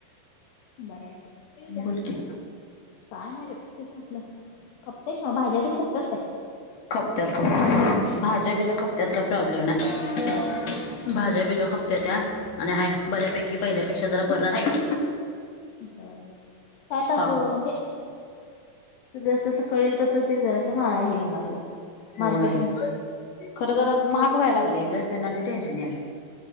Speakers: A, on the left; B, on the left.
A: बर आहेसर
B: बोलकी
A: काय नाही व्यक्तीच म्हटलं खपते मग भाज्यातीलून खपतात काय
B: खपत्यात खपत्याात भाज्या बिज्या खपत्यात काही प्रॉब्लेम नाही भाज्या बिज्या खपत्या त्या्या आणि हय बऱ्यापैकी पहिल्यापेक्षा जरा बर आहे का
A: बर काय तर
B: हा
A: हो म्हणजेस कळेल तस ते जरास मलाही ये होणार का मार्केटिंग
B: होय खरं तरर महाग व्हायला लागले ग त्यांना टेन्शन नाही आले